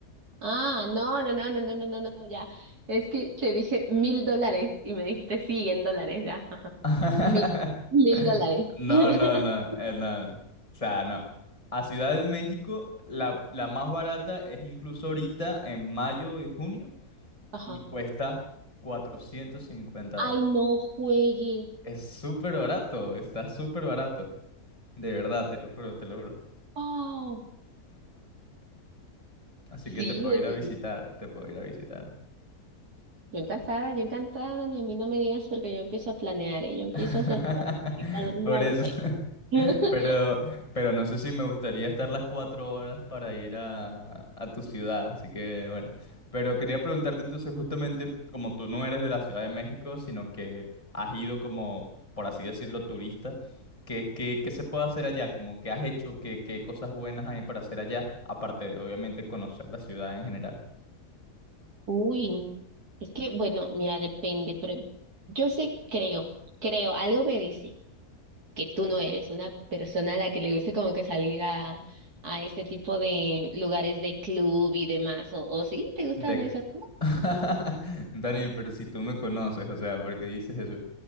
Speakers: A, on the right; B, on the left.
A: Ah, no, no, no, no, no, no, no, no, no, ya. Es que te dije mil dólares y me dijiste sí, en dólares, ya. Ajá.
B: <laughs>
A: Mil, mil dólares.
B: No,
A: <laughs>
B: no, no, eh, no, no. O sea, no. A Ciudad de México, la, la más barata es incluso ahorita en mayo y junio
A: Ajá.
B: y cuesta cuatrocientos cincuenta
A: Ay,
B: dólares.
A: no juegues.
B: Es súper barato, está súper barato. De verdad, te lo juro, te lo juro.
A: Oh,
B: Así
A: sí,
B: que te puedo
A: oye.
B: ir a visitar, te puedo ir a visitar.
A: Yo encantada, yo encantada, ni a mí no me digas porque yo empiezo a planear, ¿eh? Yo empiezo
B: <laughs>
A: a hacer planes. ¿A dónde
B: Por
A: vamos
B: eso.
A: a ir? <laughs>
B: Pero, pero no sé si me gustaría estar las cuatro horas para ir a, a tu ciudad, así que bueno. Pero quería preguntarte entonces, justamente, como tú no eres de la Ciudad de México, sino que has ido como, por así decirlo, turista, ¿qué, qué, qué se puede hacer allá? Como qué has hecho, qué, qué cosas buenas hay para hacer allá, aparte de obviamente conocer la ciudad en general.
A: Uy, es que, bueno, mira, depende, pero yo sé, creo, creo, algo me dice que tú no eres una persona a la que le guste como que salir a, a este tipo de lugares de club y demás, o, o sí, ¿te gustan
B: De...
A: esas cosas?
B: <laughs> Dani, pero si tú me conoces, o sea, ¿por qué dices eso?